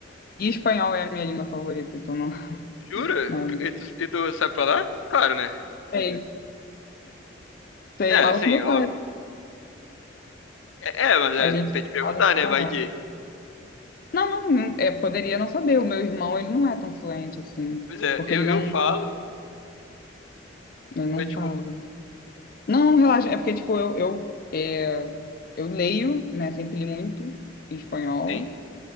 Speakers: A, on the left; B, on the left.
A: e espanhol é a minha língua favorita, então não,
B: Jura?
A: não
B: E tu, e tu sabe falar? Claro, né?
A: sei. Sei,
B: É,
A: eu falo
B: sim,
A: com meu
B: óbvio.
A: pai.
B: É, é, mas é,
A: A gente
B: tem que perguntar,
A: fala espanhol.
B: né? Vai que.
A: Não, não, não, é, poderia não saber. O meu irmão, ele não é tão fluente assim,
B: Pois é,
A: porque
B: eu,
A: ele não,
B: eu falo.
A: ele não
B: Eu, desculpa.
A: fala. Não, relaxa. É porque, tipo, eu, eu, é, eu leio, né? Sempre li muito em espanhol.
B: Sim.